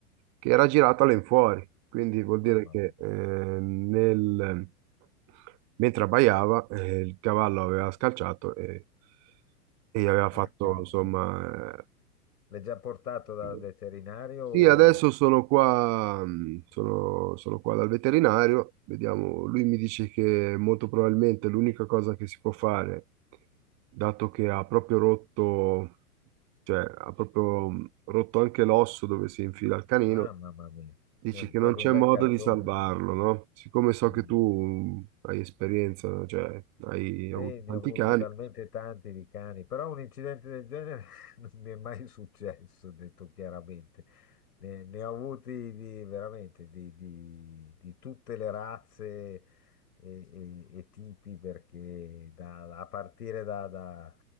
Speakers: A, on the right; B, on the left.
A: che era girato all'infuori. Quindi vuol dire
B: no, mamma
A: che eh,
B: mia.
A: nel- mentre abbaiava eh, il cavallo aveva scalciato e, e gli aveva fatto,
B: Ah, cavolo.
A: insomma,
B: L'hai già portato dal
A: eh,
B: veterinario?
A: sì, adesso sono qua, mh, sono, sono qua dal veterinario, vediamo, lui mi dice che molto probabilmente l'unica cosa che si può fare, dato che ha proprio rotto, cioè ha proprio mh, rotto anche l'osso dove si infila il canino,
B: Ah, mamma mia.
A: dice
B: È proprio
A: che non c'è
B: un bel
A: modo
B: calcione.
A: di salvarlo,
B: poi.
A: no? Siccome so
B: Mm.
A: che tu mh, hai esperienza, cioè hai avuto
B: E ne
A: tanti
B: ho avuti
A: cani,
B: talmente tanti di cani, però un incidente del genere <laughs> non mi è mai successo, detto chiaramente. Ne, ne ho avuti di, veramente di, di- di tutte le razze, e, e- e tipi perché da- a partire da- da-